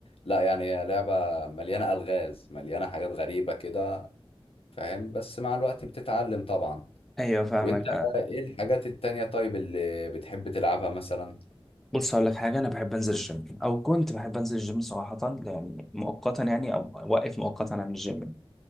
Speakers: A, on the left (about 75°); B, in the centre.
A: لا يعني هي لعبة مليانة ألغاز مليانة حاجات غريبة كده فاهم بس مع الوقت بتتعلم طبعا
B: ايوه فاهمك
A: وانت
B: آه.
A: ايه الحاجات التانية طيب اللي بتحب تلعبها مثلا
B: بص هقول لك حاجه انا بحب انزل الجيم او كنت بحب انزل الجيم صراحه يعني مؤقتا يعني او واقف مؤقتا عن الجيم يعني.